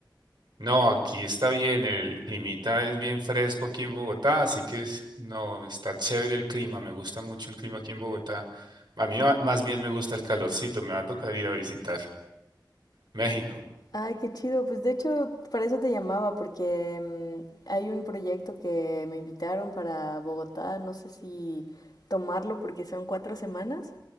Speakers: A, on the right (about 70°); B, on the left (about 60°).
A: No, aquí está bien. El climita es bien fresco aquí en Bogotá, así que es- no, está chévere el clima. Me gusta mucho el clima aquí en Bogotá. A mí va- más bien me gusta el calorcito. Me va a tocar ir a visitar México.
B: Ay, qué chido, pues de hecho para eso te llamaba porque mm, hay un proyecto que me invitaron para Bogotá, no sé si tomarlo porque son cuatro semanas